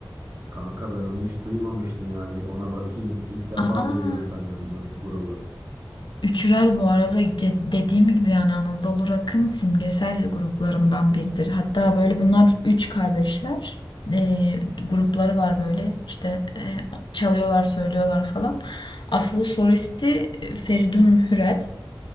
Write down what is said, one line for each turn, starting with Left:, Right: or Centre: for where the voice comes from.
Right: kanka ben onu hiç duymamıştım ya. Bir ona bakayım. İlk defa
Left: Aa,
Right: duyuyorum senden bu grubu.
Left: Üçürel bu arada ce- dediğim gibi yani Anadolu Rock'ın simgesel gruplarından biridir. Hatta böyle bunlar üç kardeşler. Ee, grupları var böyle işte e, çalıyorlar söylüyorlar falan. Asıl solisti e, Feridun Hürel.